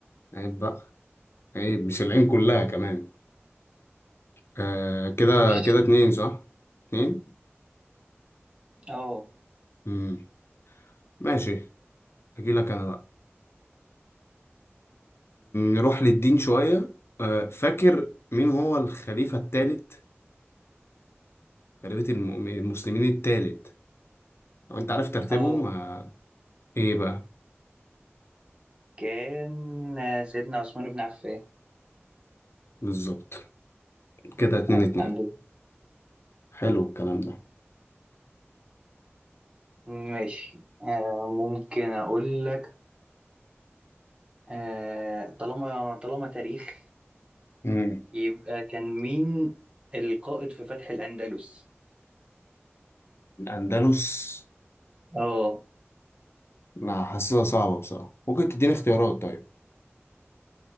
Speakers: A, on the left; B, on the right.
A: عيب بقى عيب مش العين كلها كمان آه كده
B: خش
A: كده اتنين صح اتنين
B: اه
A: مم. ماشي اجيلك انا بقى نروح للدين شوية آه، فاكر مين هو الخليفة الثالث خليفة الم- المسلمين الثالث لو انت عارف ترتيبهم
B: اه
A: آه، ايه بقى
B: كان آه، سيدنا عثمان بن عفان
A: بالظبط كده اتنين
B: آه،
A: اتنين
B: الحمد لله
A: حلو الكلام ده
B: ماشي آه ممكن اقول لك آه طالما طالما تاريخ
A: مم.
B: يبقى كان مين القائد في فتح الأندلس؟
A: الأندلس
B: اه
A: لا حاسسها صعبة بصراحة ممكن تديني اختيارات طيب